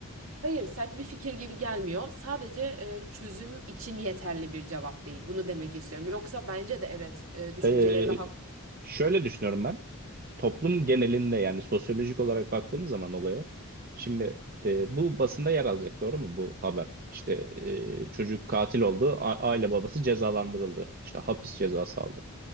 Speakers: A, on the right; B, on the right.
A: Hayır, sert bir fikir gibi gelmiyor. Sadece e, çözüm için yeterli bir cevap değil. Bunu demek istiyorum. Yoksa bence de evet, e, düşüncelerinde
B: E, şöyle düşünüyorum ben. toplum genelinde yani sosyolojik olarak baktığımız zaman olaya şimdi e, bu basında yer alacak doğru mu bu haber? İşte e, çocuk katil oldu, a- aile babası cezalandırıldı. işte hapis cezası aldı.